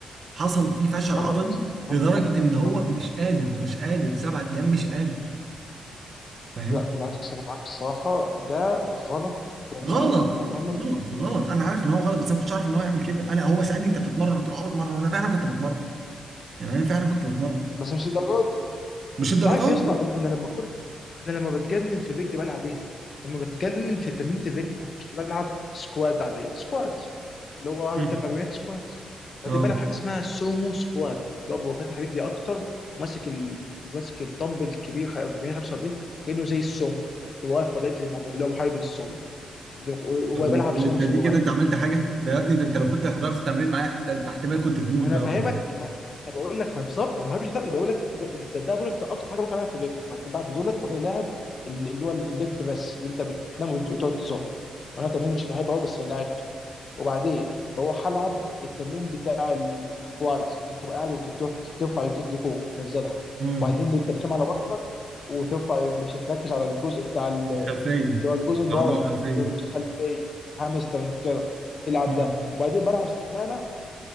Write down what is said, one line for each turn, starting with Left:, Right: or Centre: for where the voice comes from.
Right: حصل في فشل
Left: غلط
Right: عضلي
Left: يا اسطى غلط
Right: لدرجه ان هو
Left: غلط
Right: مش قادر مش قادر سبعة ايام مش قادر فاهم
Left: لا بالعكس انا معاك الصراحه ده غلط تماما
Right: غلط
Left: تماما
Right: غلط غلط انا عارف ان هو غلط بس انا ما كنتش عارف ان هو يعمل كده انا هو سالني انت بتتمرن قلت له اه بتمرن وانا فعلا كنت بتمرن يعني انا فعلا كنت بتمرن
Left: بس مش للدرجه دي
Right: مش الدرجات
Left: انت عارف يا اسطى
Right: دي
Left: انا أنا لما كنت انا لما بتجنن في الرجل بلعب ايه؟ لما بتجنن في تمرينة الرجل مش بلعب سكواد عادية سكواد اللي هو عامل
Right: م.
Left: تلات أربعين سكواد وبعدين
Right: اه
Left: بلعب حاجة اسمها سومو سكواد اللي هو ببقى فاتح رجلي أكتر وماسك ال... ماسك الدمبل الكبير 40 45 وكأنه زي السومو تبقى واقف في وضعية زي- اللي هو محارب للسومو وبلعب
Right: طب و- وانت
Left: سومو سكواد
Right: دي كده انت عملت حاجه ده يا ابني ده انت لو كنت حضرت تمرين معايا حتى انت احتمال كنت تموت
Left: ما انا
Right: بقى
Left: فاهمك
Right: ولا حاجة.
Left: ما انا بقول لك ما بالظبط انا ما بحبش ده بقول لك ده ده, ده بقول لك ده اكتر حاجه ممكن اعملها في الرجل بعدين بعد دولت بقى لاعب ال- اللي هو الليج بريس اللي انت بتنام وت- وتقعد تزق وانا تمرين مش بحبه قوي بس لعبته وبعدين بروح العب التمرين بتاع ال- الكوادز اللي بتبقى قاعد وبتقعد ترفع رجليك لفوق تنزلها
Right: امم
Left: وبعدين اللي انت بتنام على بطنك وترفع مش تركز على الجزء بتاع ال-
Right: الخلفيه
Left: اللي هو الجزء اللي
Right: العضله
Left: ورا
Right: الخلفيه
Left: الجزء الخلفيه هامسترنج كده تلعب
Right: امم
Left: ده وبعدين بلعب سمانه